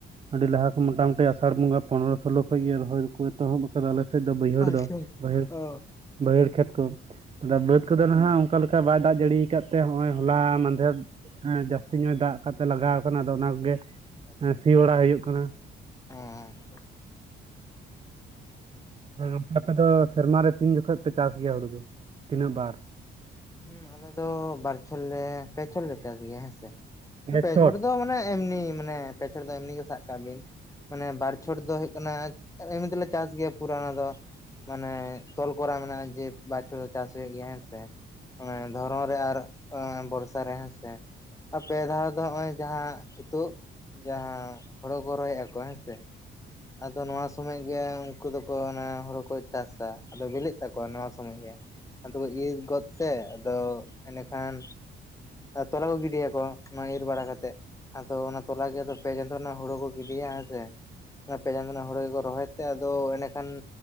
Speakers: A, on the right; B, on the left.
A: ᱟᱹᱰᱤ ᱞᱟᱦᱟ ᱠᱷᱚᱱ ᱢᱚᱴᱟᱢᱩᱴᱤ ᱟᱥᱟᱲ ᱵᱚᱸᱜᱟ ᱯᱚᱱᱮᱨᱚ ᱥᱳᱞᱳ ᱠᱷᱚᱡ ᱜᱮ ᱨᱚᱦᱚᱭ ᱫᱚ ᱠᱚ ᱮᱛᱚᱦᱚᱵ ᱟᱠᱟᱫᱟ ᱟᱞᱮ ᱥᱮᱫ ᱫᱚ ᱵᱟᱹᱭᱦᱟᱹᱲ
B: ᱟᱪᱪᱷᱟ
A: ᱫᱚ
B: ᱟᱪᱪᱷᱟ ᱟᱪᱪᱷᱟ
A: ᱵᱟᱹᱭᱦᱟᱹᱲ
B: ᱚ
A: ᱵᱟᱹᱭᱦᱟᱹᱲ ᱠᱷᱮᱛ ᱠᱚ ᱟᱫᱚ ᱵᱟᱹᱫᱽ ᱫᱚ <unintelligible> ᱚᱱᱠᱟ ᱞᱮᱠᱟ ᱵᱟᱭ ᱫᱟᱜ ᱡᱟᱹᱲᱤ ᱟᱠᱟᱫ ᱛᱮ ᱱᱚᱜᱼᱚᱭ ᱦᱚᱞᱟ ᱢᱟᱦᱫᱮᱨ ᱡᱟᱹᱥᱛᱤ ᱧᱚᱜ
B: ᱦᱩᱸ
A: ᱫᱟᱜ ᱟᱠᱟᱫ ᱛᱮ ᱛᱮ ᱞᱟᱜᱟᱣ ᱟᱠᱟᱱᱟ ᱟᱫᱚ ᱚᱱᱟ ᱠᱚᱜᱮ
B: ᱟᱪᱪᱷᱟ
A: ᱥᱤ
B: ᱟᱪᱪᱷᱟ
A: ᱵᱟᱲᱟ ᱦᱩᱭᱩᱜ ᱠᱟᱱᱟ
B: <unintelligible> ᱦᱮᱸ ᱦᱮᱸ᱾ ᱦᱩᱸ᱾
A: ᱦᱮᱸ ᱜᱚᱢᱠᱮ ᱟᱯᱮ ᱫᱚ ᱥᱮᱨᱢᱟ ᱨᱮ ᱛᱤᱱ ᱡᱚᱠᱷᱚᱡ ᱯᱮ ᱪᱟᱥ ᱜᱮᱭᱟ ᱦᱩᱲᱩ ᱫᱚ ᱛᱤᱱᱟᱹᱜ ᱵᱟᱨ?
B: ᱦᱮᱸ ᱟᱞᱮ ᱫᱚ ᱵᱟᱨᱪᱷᱚᱴ ᱞᱮ ᱯᱮᱪᱷᱚᱴ ᱞᱮ ᱪᱟᱥ ᱜᱮᱭᱟ ᱦᱮᱸᱥᱮ᱾
A: ᱯᱮ
B: ᱯᱮᱪᱷᱚᱴ
A: ᱪᱷᱚᱴ
B: ᱫᱚ ᱢᱟᱱᱮ ᱮᱢᱱᱤ ᱢᱟᱱᱮ ᱯᱮᱪᱷᱚᱴ ᱫᱚ ᱮᱢᱱᱤ ᱜᱮ ᱥᱟᱵ ᱠᱟᱜ ᱵᱤᱱ᱾ ᱢᱟᱱᱮ ᱵᱟᱨᱪᱷᱚᱴ ᱫᱚ ᱦᱩᱭᱩᱜ ᱠᱟᱱᱟ ᱮᱢᱱᱤ ᱛᱮᱞᱮ ᱪᱟᱥ ᱜᱮᱭᱟ ᱯᱩᱨᱟᱹ ᱚᱱᱟ ᱫᱚ ᱢᱟᱱᱮ ᱛᱚᱞ ᱠᱚᱨᱟ ᱢᱮᱱᱟᱜᱼᱟ ᱡᱮ ᱵᱟᱨᱪᱷᱚᱴ ᱫᱚ ᱪᱟᱥ ᱦᱩᱭᱩᱜ ᱜᱮᱭᱟ ᱦᱮᱸᱥᱮ᱾ ᱦᱮᱸ ᱫᱷᱚᱨᱚᱱ ᱨᱮ ᱟᱨ ᱵᱚᱨᱥᱟ ᱨᱮ ᱦᱮᱸᱥᱮ ᱟᱨ ᱯᱮ ᱫᱷᱟᱣ ᱫᱚ ᱱᱚᱜᱼᱚᱭ ᱡᱟᱦᱟᱸ ᱦᱤᱛᱚᱜ ᱡᱟᱦᱟᱸ ᱦᱳᱲᱚ ᱠᱚ ᱨᱚᱭᱮᱜ-ᱟ ᱠᱚ ᱦᱮᱸᱥᱮ, ᱟᱫᱚ ᱱᱚᱣᱟ ᱥᱚᱢᱚᱭ ᱜᱮ ᱩᱱᱠᱩ ᱫᱚᱠᱚ ᱚᱱᱟ ᱦᱳᱲᱳ ᱠᱚ ᱪᱟᱥᱟ ᱟᱫᱚ ᱵᱤᱞᱤᱜ ᱛᱟᱠᱚᱣᱟ ᱱᱚᱣᱟ ᱥᱚᱢᱚᱭ ᱜᱮ᱾ ᱟᱫᱚ ᱠᱚ ᱤᱨ ᱜᱚᱫ ᱛᱮ ᱟᱫᱚ ᱮᱸᱰᱮᱠᱷᱟᱱ ᱛᱚᱞᱟ ᱠᱚ ᱜᱤᱰᱤᱭᱟᱠᱚ᱾ ᱚᱱᱟ ᱤᱨ ᱵᱟᱲᱟ ᱠᱟᱛᱮᱜ ᱟᱫᱚ ᱚᱱᱟ ᱛᱚᱞᱟ ᱜᱮ ᱟᱫᱚ ᱯᱮ ᱪᱟᱸᱫᱳ ᱨᱮᱱᱟᱜ ᱦᱩᱲᱩ ᱠᱚ ᱜᱤᱰᱤᱭᱟ ᱦᱮᱸᱥᱮ᱾ ᱚᱱᱟ ᱯᱮᱪᱟᱸᱫ ᱱᱟ ᱦᱚᱲ ᱜᱮᱠᱚ ᱨᱚᱦᱚᱭᱮᱫ᱾ ᱛᱮ ᱟᱫᱚ ᱮᱸᱰᱮᱠᱷᱟᱱ